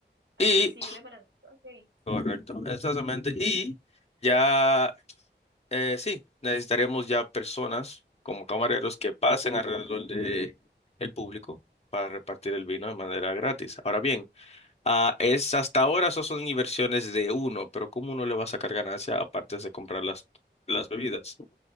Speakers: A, on the right; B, on the left.
A: accesible
B: Y,
A: para nosotros. Ok.
B: correcto, exactamente. Y. Ya eh, sí, necesitaríamos ya personas como camareros que pasen alrededor de el público para repartir el vino de manera gratis. Ahora bien, ah, es hasta ahora eso son inversiones de uno, pero ¿cómo uno le va a sacar ganancia aparte de comprar las, las bebidas?